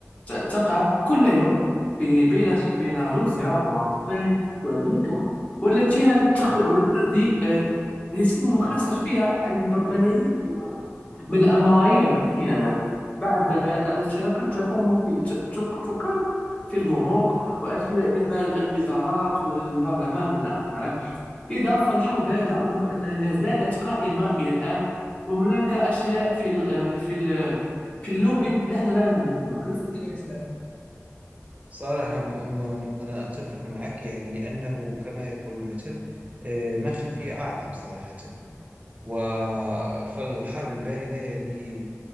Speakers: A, on the left (about 25°); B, on the right (about 30°).
A: ت- تقع كل يوم في بين بين روسيا والصين وأمريكا والتي تخ... والذي آه، يتم خسر فيها الب- ملايين الدولارات بل الملايير حين ذاك بعد آه، الاشتراكات تقوم في ت- تق- تقام في البنوك وأشياء مثل الوزارات والبرلمان وإلى آخره إضافة للحرب الباردة أظن أنها لا زالت قائمة إلى الآن وهناك أشياء في ال آه، في ال في اللوبي نحن لا نعرفها أليس كذلك صديقي؟
B: صراحة م- م- أنا أتفق معك يعني لأنه كما يقول المثل آه، ما خفي أعظم صراحة و- فالحرب الباردة يعني